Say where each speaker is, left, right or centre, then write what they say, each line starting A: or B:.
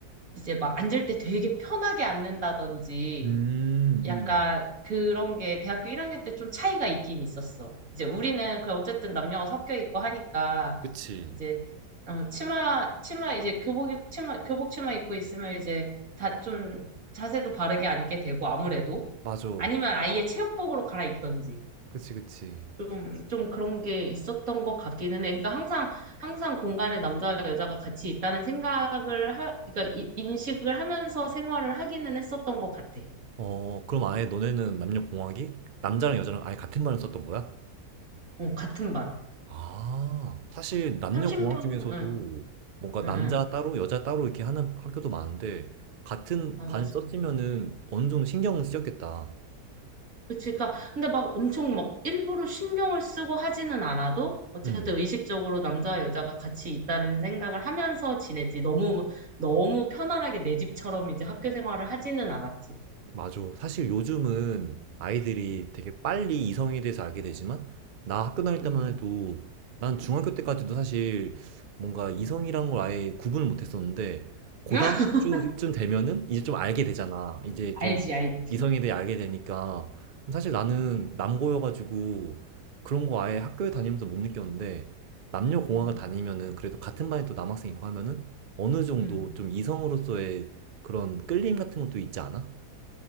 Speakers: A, on the right; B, on the right.
A: 이제 막 앉을 때 되게 편하게 앉는다든지
B: 음,
A: 약간
B: 음.
A: 그런 게 대학교 1학년 때 좀 차이가 있긴 있었어. 이제 우리는 그 어쨌든 남녀가 섞여 있고 하니까
B: 그치.
A: 이제 어, 치마 치마 이제 교복 입- 치마 교복 치마 입고 있으면 이제 다 좀 자세도 바르게 앉게 되고 아무래도
B: 맞아.
A: 아니면 아예 체육복으로 갈아입던지
B: 그치, 그치.
A: 좀 좀 그런 게 있었던 것 같기는 해. 그러니까 항상 항상 공간에 남자와 여자가 같이 있다는 생각을 하 그러니까 이- 인식을 하면서 생활을 하기는 했었던 것 같아.
B: 어, 그럼 아예 너네는 남녀공학이 남자랑 여자랑 아예 같은 말을 썼던 거야?
A: 어, 같은 반.
B: 아, 사실 남녀공학
A: 30명,
B: 중에서도
A: 응,
B: 뭔가
A: 응,
B: 남자
A: 응.
B: 따로 여자 따로 이렇게 하는 학교도 많은데 같은
A: 아,
B: 반
A: 맞아.
B: 썼으면은 어느 정도 신경은 쓰였겠다.
A: 응. 그치. 그니까, 근데 막 엄청 막 일부러 신경을 쓰고 하지는 않아도, 어쨌든
B: 음.
A: 의식적으로 남자와 여자가 같이 있다는 생각을 하면서 지냈지. 너무, 너무 편안하게 내 집처럼 이제 학교 생활을 하지는 않았지.
B: 맞아. 사실 요즘은 아이들이 되게 빨리 이성에 대해서 알게 되지만, 나 학교 다닐
A: 응.
B: 때만 해도, 난 중학교 때까지도 사실 뭔가 이성이란
A: 응.
B: 걸 아예 구분을 못 했었는데, 고등학교쯤
A: <laughs>
B: 되면은 이제 좀 알게 되잖아. 이제
A: 알지,
B: 좀
A: 알지.
B: 이성에 대해 알게 되니까. 그럼 사실 나는
A: 음,
B: 남고여가지고 그런 거 아예 학교에 다니면서 못 느꼈는데, 남녀공학을
A: 음,
B: 다니면은 그래도 같은 반에 또 남학생 있고 하면은 어느 정도
A: 음.
B: 좀 이성으로서의 그런 끌림 같은 것도 있지 않아?